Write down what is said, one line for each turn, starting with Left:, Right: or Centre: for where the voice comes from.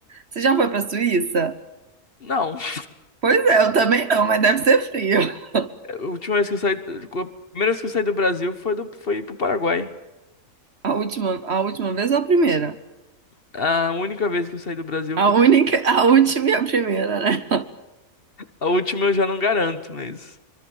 Right: você já foi pra Suíça?
Left: não. <laughs>
Right: Pois é, eu também não, mas deve ser frio. <laughs>
Left: A última vez que eu saí. A primeira vez que eu saí do Brasil foi, do, foi pro Paraguai.
Right: A última, a última vez ou a primeira?
Left: A, a única vez que eu saí do Brasil
Right: A
Left: foi.
Right: única, a última e a primeira, né?
Left: A última eu já não garanto, mas.